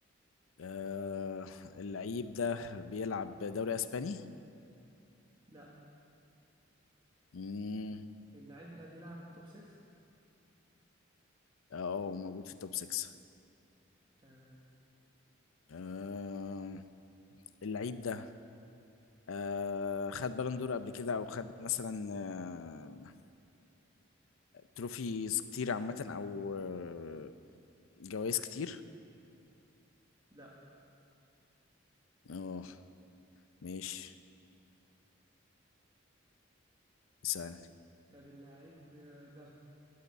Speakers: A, on the left; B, on the right.
A: أه اللعيب ده بيلعب دوري اسباني؟
B: لا
A: مم.
B: اللاعب ده بيلعب توب 6
A: اه هو موجود في التوب 6
B: تمام
A: أه اللعيب ده أه خد بالون دور قبل كده او خد مثلا أه تروفيز كتير عامة او أه جوائز كتير
B: لا
A: اه ماشي اسألني
B: طب اللاعب ده